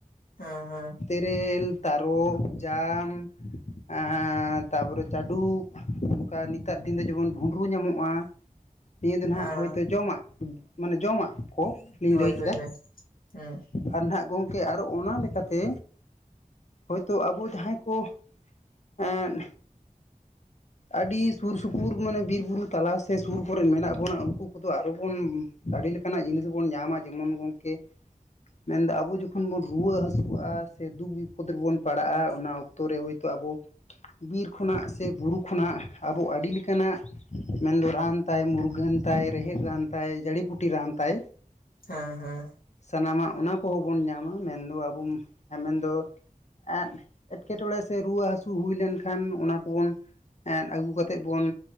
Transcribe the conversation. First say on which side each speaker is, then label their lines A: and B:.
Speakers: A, on the left; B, on the left.
A: ᱦᱮᱸ ᱦᱮᱸ
B: ᱛᱮᱨᱮᱞ, ᱛᱟᱨᱚᱵ, ᱡᱟᱢ ᱮᱸ ᱛᱟᱯᱚᱨᱮ ᱪᱟᱹᱰᱩᱵ ᱚᱝᱠᱟ ᱱᱤᱛᱟᱜ ᱫᱤᱱ ᱫᱚ ᱡᱮᱢᱚᱱ ᱵᱷᱩᱸᱰᱨᱩ ᱧᱟᱢᱚᱜᱼᱟ᱾ ᱱᱤᱭᱟᱹ ᱫᱚ ᱱᱟᱦᱟᱜ
A: ᱦᱮᱸ
B: ᱦᱳᱭᱛᱳ ᱡᱚᱢᱟᱜ ᱢᱟᱱᱮ ᱡᱚᱢᱟᱜ ᱠᱚ ᱞᱤᱧ
A: ᱦᱳᱭ
B: ᱞᱟᱹᱭ ᱠᱮᱫᱟ᱾
A: ᱦᱳᱭ ᱦᱳᱭ ᱦᱩᱸ
B: ᱟᱨ ᱱᱟᱦᱟᱜ ᱜᱚᱝᱠᱮ ᱟᱨᱚ ᱚᱱᱟ ᱞᱮᱠᱟᱛᱮ ᱦᱚᱭᱛᱚ ᱟᱵᱚ ᱡᱟᱦᱟᱸᱭ ᱠᱚ ᱮᱸ ᱟᱹᱰᱤ ᱥᱩᱨ ᱥᱩᱯᱩᱨ ᱢᱟᱱᱮ ᱵᱤᱨ ᱵᱩᱨᱩ ᱛᱟᱞᱟ ᱥᱮ ᱥᱩᱨ ᱠᱚᱨᱮᱫ ᱢᱮᱱᱟᱜ ᱵᱚᱱᱟ ᱩᱝᱠᱩ ᱠᱚᱫᱚ ᱟᱨᱚ ᱵᱚᱱ ᱟᱹᱰᱤ ᱞᱮᱠᱟᱱᱟᱜ ᱡᱤᱱᱤᱥ ᱵᱚᱱ ᱧᱟᱢᱟ ᱡᱮᱢᱚᱱ ᱜᱚᱝᱠᱮ ᱢᱮᱱᱫᱟ ᱟᱵᱚ ᱡᱚᱠᱷᱚᱱ ᱵᱚᱱ ᱨᱩᱣᱟᱹ ᱦᱟᱹᱥᱩᱜᱼᱟ ᱥᱮ ᱫᱩᱠ ᱵᱤᱯᱚᱫᱽ ᱨᱮᱵᱚᱱ ᱯᱟᱲᱟᱜᱼᱟ ᱚᱱᱟ ᱚᱠ ᱛᱚ ᱨᱮ ᱦᱚᱭᱛᱚ ᱟᱵᱚ ᱵᱤᱨ ᱠᱷᱚᱱᱟᱜ ᱥᱮ ᱵᱩᱨᱩ ᱠᱷᱚᱱᱟᱜ ᱟᱵᱚ ᱟᱹᱰᱤ ᱞᱮᱠᱟᱱᱟᱜ ᱢᱮᱱᱫᱚ ᱨᱟᱱ ᱛᱟᱭ ᱢᱩᱨᱜᱟᱹᱱ ᱛᱟᱭ ᱨᱮᱦᱮᱫ ᱨᱟᱱ ᱛᱟᱭ ᱡᱟᱹᱲᱤ ᱯᱩᱴᱤ ᱨᱟᱱ ᱛᱟᱭ᱾
A: ᱦᱮᱸ ᱦᱮᱸ
B: ᱥᱟᱱᱟᱢᱟᱜ ᱚᱱᱟ ᱠᱚᱦᱚᱸ ᱵᱚᱱ ᱧᱟᱢᱟ᱾ ᱢᱮᱱᱫᱚ ᱟᱵᱚ ᱢᱮᱱᱫᱚ ᱮᱸ ᱮᱴᱠᱮᱴᱚᱬᱮ ᱥᱮ ᱨᱩᱣᱟᱹ ᱦᱟᱹᱥᱩ ᱦᱩᱭ ᱞᱮᱱᱠᱷᱟᱱ ᱚᱱᱟ ᱠᱚᱵᱚᱱ ᱮᱸ ᱟᱹᱜᱩ ᱠᱟᱛᱮᱫ ᱵᱚᱱ